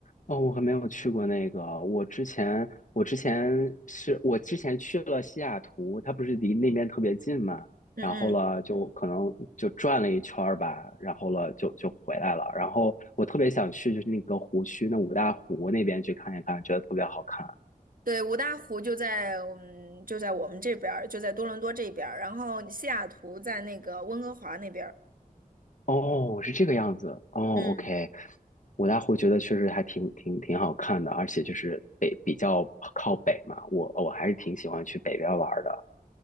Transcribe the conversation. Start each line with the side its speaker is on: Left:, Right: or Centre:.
Left: 哦，我还没有去过那个。我之前我之前是我之前去了西雅图，它不是离那边特别近嘛，
Right: 嗯嗯，
Left: 然后了就可能就转了一圈儿吧，然后了就就回来了。然后我特别想去就是那个湖区，那五大湖那边去看一看，觉得特别好看。
Right: 对，五大湖就在我们就在我们这边儿，就在多伦多这边儿，然后西雅图在那个温哥华那边儿，
Left: 哦，是这个样子。哦，OK，
Right: 嗯，
Left: 我大湖觉得确实还挺挺挺好看的，而且就是北比较靠北嘛，我我还是挺喜欢去北边玩儿的。